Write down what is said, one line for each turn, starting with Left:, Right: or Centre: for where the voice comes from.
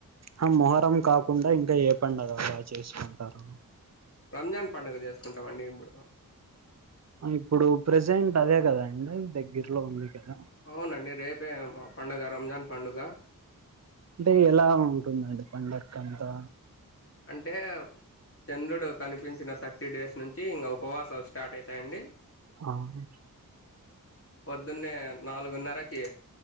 Right: ఆ మొహరం కాకుండా ఇంకా ఏ పండగ బా చేసుకుంటారు.
Left: రంజాన్ పండుగ చేసుకుంటామండి ఇప్పుడు.
Right: ఇప్పుడు ప్రజెంట్ అదే కదండి దగ్గరలో ఉంది. కదా
Left: అవునండి రేపే పండగ రంజాన్ పండుగ.
Right: అంటే ఎలా ఉంటుందండి పండంకంతా.
Left: అంటే చంద్రుడు కనిపించిన థర్టీ డేస్ నుంచి ఇంకా ఉపవాసాలు స్టార్ట్ అయితాయండి.
Right: అవును
Left: పొద్దున్నే నాలుగున్నరకి